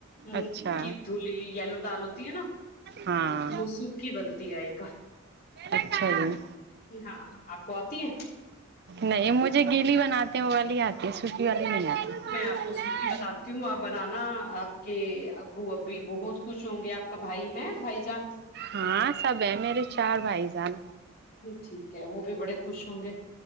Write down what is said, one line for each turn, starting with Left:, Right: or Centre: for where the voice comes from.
Left: مونگ
Right: اچھا
Left: کی دھلی یلو دال ہوتی ہے نا
Right: ہاں
Left: وہ سوکھی بنتی ہے ایک
Right: اچھا جی
Left: ہاں آپ کو آتی ہے
Right: نہیں مجھے گیلی آتے ہیں وہ والی آتی ہے سو والی نہیں آتی
Left: میں آپ کو سوکھی بتاتی ہوں آپ بنانا آپ کہ ابو اب بھی بہت خوش ہوں گے آپ کا بھائی ہے بھائی جان
Right: ہاں سب ہے میرے چار بھائی جان
Left: جی ٹھیک ہے وہ بھی بڑے خوش ہوں گے